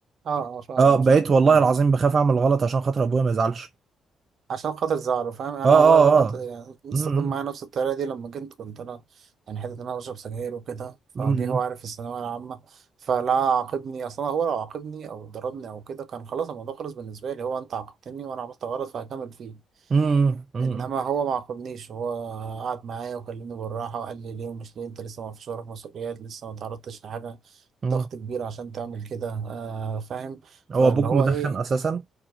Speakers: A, on the right; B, on the right.
A: اه اه فاهم
B: اه بقيت
A: بشكل
B: والله
A: كبير.
B: العظيم بخاف اعمل غلط عشان خاطر ابويا ما يزعلش
A: عشان خاطر زعله فاهم انا
B: اه اه
A: ابويا برضو
B: اه
A: ت- يعني استخدم
B: م- م.
A: معايا نفس الطريقه دي لما كنت كنت انا يعني حته ان انا بشرب سجاير وكده فجه
B: مم.
A: هو عارف في الثانويه العامه فلا عاقبني اصلا هو لو عاقبني او ضربني او كده كان خلاص الموضوع خلص بالنسبه لي هو انت عاقبتني وانا عملت غلط فهكمل فيه
B: مم. مم.
A: انما هو ما عاقبنيش هو قعد معايا وكلمني بالراحه وقال لي ليه ومش ليه انت لسه ما فيش وراك مسؤوليات لسه ما تعرضتش لحاجه
B: مم.
A: ضغط كبير عشان تعمل كده آه فاهم
B: هو
A: فاللي
B: ابوك
A: هو
B: مدخن
A: ايه
B: اساسا ما